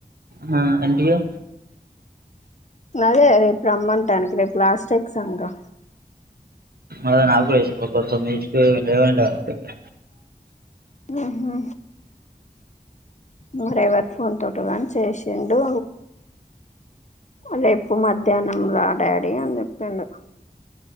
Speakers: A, on the right (about 85°); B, on the left (about 50°).
A: హా ఏంటి గా
B: అదే రేపు రమ్మంటాననికి రేపు లాస్ట్ ఎగ్జామ్ గా
A: అదే నాకులేస <unintelligible> లేవంట కదా
B: ఉమ్ హు మరెవరి ఫోన్ తోటోగని చేసిండు రేపు మధ్యాహ్నం రా డాడీ అని చెప్పిండు